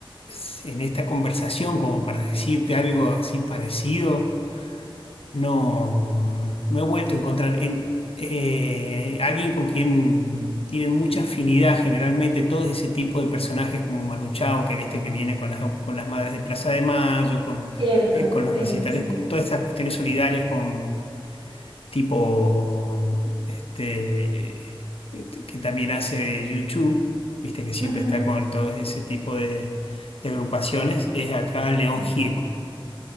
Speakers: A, on the left; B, on the right.
A: s- en esta conversación, como para decirte algo así parecido. No, no he vuelto a encontrar en, eh, alguien con quien tienen mucha afinidad generalmente todo ese tipo de personajes como Manu Chao, que viste que viene con las, con las madres de Plaza de Mayo, con,
B: Cierto,
A: eh, con
B: sí,
A: los recitales,
B: sí.
A: con todas estas cuestiones solidarias con tipo este, eh, que también hace YouTube, viste que siempre
B: Ujú.
A: está con todo ese tipo de, de agrupaciones, es acá León
B: Mm.
A: Gieco.